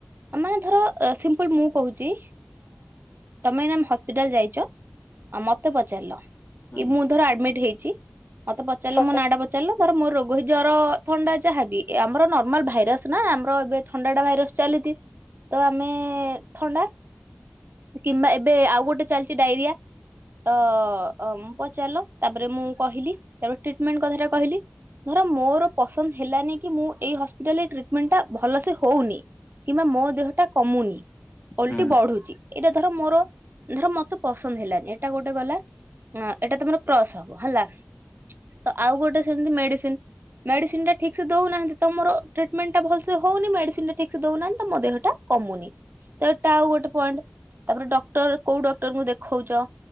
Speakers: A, on the right; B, on the left.
A: ଆ ମାନେ ଧର ସିମ୍ପଲ ମୁଁ କହୁଛି ତମେ ନା ହସ୍ପିଟାଲ ଯାଇଛ ଆଉ ମତେ ପଚାରିଲ
B: ହୁଁ
A: କି ମୁଁ ଧର ଆଡମିଟ୍ ହେଇଛି ମତେ ପଚାରିଲ
B: ହୁଁ
A: ମୋ ନାଟା ଚାଲ ଧର ମୋର ରୋଗ ଜର ଥଣ୍ଡା ଯାହାବି ଆମର ନର୍ମାଲ ଭାଇରସ। ନା ଆମର ଏବେ ଥଣ୍ଡାଟା ଭାଇରସ ଚାଲିଛି ତ ଆମେ ଥଣ୍ଡା କିମ୍ବା ଏବେ ଆଉ ଗୋଟେ ଚାଲିଛି ଡାଇରିଆ ତ ଅ ପଚାରିଲ ତାପରେ ମୁଁ କହିଲି ତାପରେ ଟ୍ରିଟମେଣ୍ଟ କଥାଟା କହିଲି? ଧର ମୋର ପସନ୍ଦ ହେଲାନି କି ମୁଁ ଏଇ ହସ୍ପିଟାଲରେ ଟ୍ରିଟମେଣ୍ଟ ଟା ଭଲସେ ହଉନି। କିମ୍ବା ମୋ ଦେହଟା କମୁନି। ଓଲଟି
B: ହୁଁ
A: ବଢୁଛି ଏଇଟା ଧର ମୋର ଧର ମତେ ପସନ୍ଦ ହେଲାନି ଏଇଟା ଗୋଟେ ଗଲା। ଏଇଟା ତମର କ୍ରସ୍ ହବ ହେଲା ତ ଆଉ ଗୋଟେ ସେମତି ମେଡିସିନ ମେଡିସିନଟା ଠିକ ସେ ଦଉନାହାନ୍ତି ତମର ଟ୍ରିଟମେଣ୍ଟାଲସ ସେ ହଉନି ମେଡିସିନ ଟ ଠିକ୍ ସେ ଦଉନାହାନ୍ତି ତମ ଦେହଟା କମୁନି। ତ ଏଟା ଆଉ ଗୋଟେ ପଏଣ୍ଟ ତାପରେ ଡକ୍ଟର କୋଉ ଡକ୍ଟରଙ୍କୁ ଦେଖଉଚଛ